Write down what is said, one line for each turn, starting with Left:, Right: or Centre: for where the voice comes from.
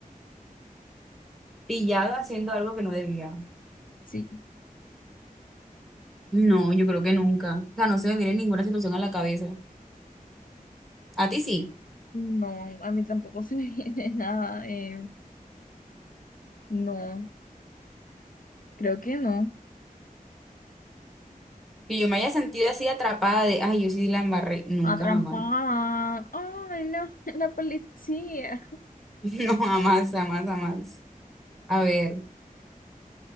Centre: Pillado haciendo algo que no debía.
Left: Sí.
Centre: No, yo creo que nunca. O sea, no se me viene ninguna situación a la cabeza. A ti sí.
Left: No, a mí tampoco <laughs> se me viene nada. eh, no, creo que no.
Centre: Que yo me haya sentido así atrapada de, ay, yo sí la embarré. Nunca,
Left: Atrapada.
Centre: jamás. <laughs>
Left: Ay, no, <laughs> la policía.
Centre: No, jamás, jamás, jamás. A ver.